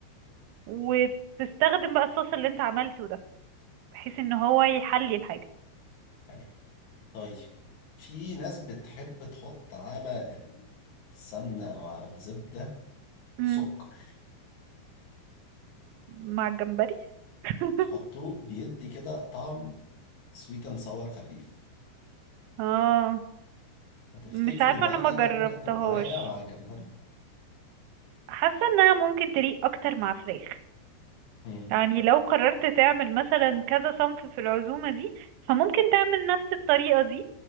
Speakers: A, on the right; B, on the left.
A: وتستخدم بقى الصوص اللي انت عملته ده بحيث ان هو يحلي الحاجة
B: حلو طيب في ناس بتحب تحط على السمنة او على الزبدة
A: امم
B: سكر
A: مع الجمبري <laughs>
B: يحطوه بيدي كده طعم سويت اند ساور خفيف
A: اه
B: فتفتكري
A: مش عارفة
B: ده
A: انا
B: حاجة
A: ما جربتهاش
B: ممكن تبقى لايقة مع الجمبري؟
A: حاسة انها ممكن تليق اكتر مع فراخ
B: امم
A: يعني لو قررت تعمل مثلا كذا صنف في العزومة دي فممكن تعمل نفس الطريقة دي